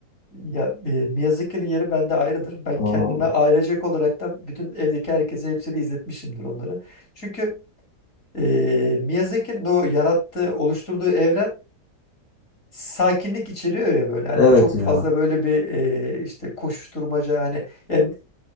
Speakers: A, on the left; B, on the left.
A: Ya, ee, Miyazaki'nin yeri bende ayrıdır. Ben
B: Oo,
A: kendime ailecek olaraktan bütün evdeki herkese hepsini izletmişimdir onları. Çünkü Ee, Miyazaki'nin o yarattığı, oluşturduğu evren sakinlik içeriyor ya böyle. Hani
B: evet
A: çok
B: ya.
A: fazla böyle bir e, işte koşuşturmaca hani yani